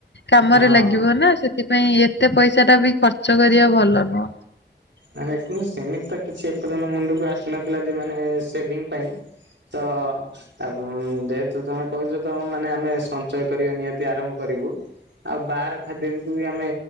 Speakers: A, on the left; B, on the right.
A: କାମରେ
B: ହଁ।
A: ଲାଗିବ ନା ସେଥିପାଇଁ ଏତେ ପଇସା ଟା ବି ଖର୍ଚ୍ଚ କରିବା ଭଲ ନୁହଁ।
B: ଦେଖନ୍ତୁ ସେମିତି ତ କିଛି ଏପର୍ଯ୍ୟନ୍ତ ମୁଣ୍ଡକୁ ଆସିନଥିଲା ଯେ ମ ସେଭିଙ୍ଗ ପାଇଁ। ତ ଆଉ ଯେହେତୁ ତମେ କହୁଛ ତମ ମାନେ ଆମେ ସଞ୍ଚୟ କରିବା ନିହାତି ଆରମ୍ଭ କରିବୁ। ଆଉ ବାହାର ଖାଦ୍ୟ ବିକୁ ବି ଆମେ